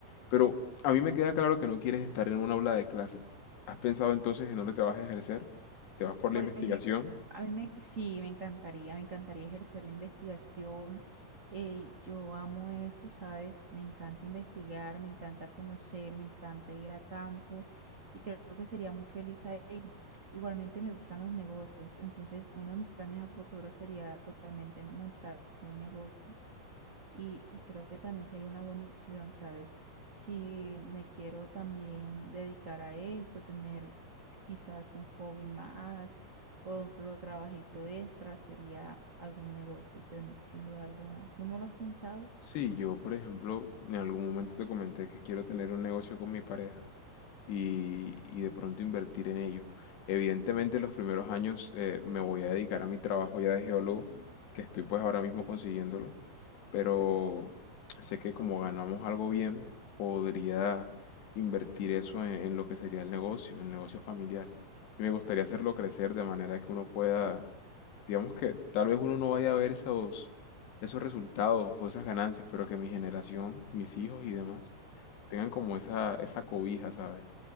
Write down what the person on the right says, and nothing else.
Por
ejemplo, a mí me, sí, me encantaría, me encantaría ejercer la investigación. eh, yo amo eso, ¿sabes? Me encanta investigar, me encanta conocer, me encanta ir a campo y creo que sería muy feliz ahí. Igualmente me gustan los negocios, entonces uno de mis planes a futuro sería totalmente montar un negocio. Y, y creo que también sería una buena opción, ¿sabes? Si me quiero también dedicar a esto, tener quizás un hobby más o otro trabajito extra, sería algún negocio, sin, sin duda alguna. ¿Tú no lo has pensado?